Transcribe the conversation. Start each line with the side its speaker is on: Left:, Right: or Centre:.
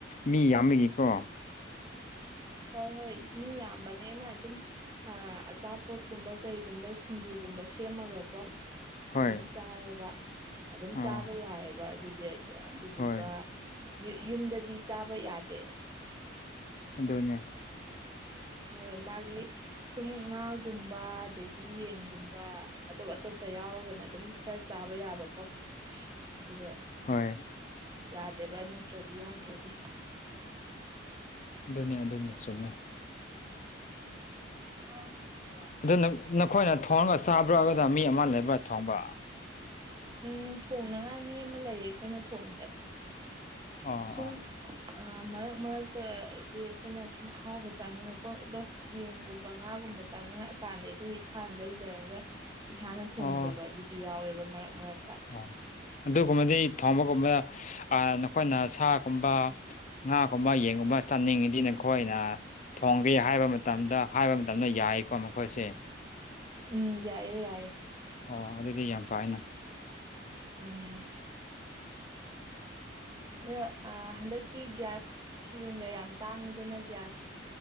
Left: ꯃꯤ ꯌꯥꯝꯕꯒꯤꯀꯣ
Right: ꯍꯣꯏ ꯍꯣꯏ ꯃꯤ ꯌꯥꯝꯕꯅꯦꯅ ꯑꯗꯨꯝ ꯑꯆꯥꯄꯣꯠꯀꯨꯝꯕ ꯀꯩꯒꯨꯝꯕ ꯁꯤꯡꯖꯨꯒꯨꯝꯕ ꯁꯦꯝꯃꯒꯀꯣ
Left: ꯍꯣꯏ
Right: ꯑꯗꯨꯝ ꯆꯥꯏꯑꯕ ꯑꯗꯨꯝ
Left: ꯑꯥ
Right: ꯆꯥꯕ ꯌꯥꯏꯑꯕ ꯑꯗꯨꯗꯤ ꯑꯗꯨꯗꯨꯒ
Left: ꯍꯣꯏ
Right: ꯌꯨꯝꯗꯗꯤ ꯆꯥꯕ ꯌꯥꯗꯦ
Left: ꯑꯗꯨꯗꯅꯦ
Right: ꯍꯣꯏ ꯃꯥꯒꯤ ꯁꯨꯝꯃꯨꯛ ꯉꯥꯒꯨꯝꯕ ꯑꯗꯒꯤ ꯌꯦꯟꯒꯨꯝꯕ ꯑꯇꯣꯞ ꯑꯇꯣꯞꯄ ꯌꯥꯎꯔꯒꯅ ꯑꯗꯨꯝ ꯈꯔ ꯆꯥꯕ ꯌꯥꯕꯀꯣ ꯑꯗꯨꯒ
Left: ꯍꯣꯏ
Right: ꯌꯥꯗꯦꯕ ꯅꯠꯇ꯭ꯔꯗꯤ ꯌꯥꯎꯗ꯭ꯔꯗꯤ
Left: ꯑꯗꯨꯅꯤ ꯑꯗꯨꯅꯤ ꯆꯨꯝꯃꯦ
Right: ꯎꯝ
Left: ꯑꯗꯨꯅ ꯅꯈꯣꯏꯅ ꯊꯣꯡꯒ ꯆꯥꯕ꯭ꯔꯥꯑꯗꯨꯗ ꯃꯤ ꯑꯃ ꯂꯩꯕ꯭ꯔꯥ ꯊꯣꯡꯕ
Right: ꯎꯝ ꯊꯣꯡꯅꯉꯥꯏ ꯃꯤ ꯑꯃ ꯂꯩꯌꯦ ꯑꯩꯈꯣꯏꯅ ꯊꯣꯡꯗꯦ
Left: ꯑꯣ
Right: ꯁꯨꯝ
Left: ꯑꯣ
Right: ꯃꯔꯛ ꯃꯔꯛꯇꯗꯤ ꯑꯩꯈꯣꯏꯅ ꯁꯨꯝ ꯑꯍꯥꯎꯕ ꯆꯥꯅꯤꯡꯉꯛꯄ ꯑꯗꯣ ꯌꯦꯟꯒꯨꯝꯕ ꯉꯥꯒꯨꯝꯕ ꯆꯥꯅꯤꯡꯉꯛꯀꯥꯟꯗ ꯑꯩꯈꯣꯏ ꯏꯁꯥꯅ ꯂꯩꯖꯔꯒ ꯏꯁꯥꯅ ꯊꯣꯡꯖꯕ
Left: ꯑꯣ
Right: ꯑꯗꯨꯗꯤ ꯌꯥꯎꯋꯦꯕ ꯃꯔꯛ ꯃꯔꯛ
Left: ꯑꯣ ꯑꯗꯨꯒꯨꯝꯕꯗꯤ ꯊꯣꯡꯕꯒꯨꯝꯕ ꯅꯈꯣꯏꯅ ꯁꯥ ꯀꯨꯝꯕ ꯉꯥꯒꯨꯝꯕ ꯌꯦꯟꯒꯨꯝꯕ ꯆꯥꯅꯤꯡꯉꯤꯗꯤ ꯅꯈꯣꯏꯅ ꯊꯣꯡꯒꯦ ꯍꯥꯏꯕ ꯃꯇꯝꯗ ꯍꯥꯏꯕ ꯃꯇꯝꯗ ꯌꯥꯏꯀꯣ ꯃꯈꯣꯏꯁꯦ
Right: ꯎꯝ ꯌꯥꯏꯌꯦ ꯌꯥꯏꯌꯦ
Left: ꯑꯣ ꯑꯗꯨꯗꯤ ꯌꯥꯝ ꯄꯥꯏꯅ
Right: ꯎꯝ ꯑꯣ ꯑ ꯥ ꯍꯟꯗꯛꯇꯤ ꯒꯤꯒ꯭ꯌꯥꯁ ꯁꯤꯂꯤꯟꯗ꯭ꯔ ꯌꯥꯝ ꯇꯥꯡꯉꯤꯗꯅ ꯒ꯭ꯌꯥꯁ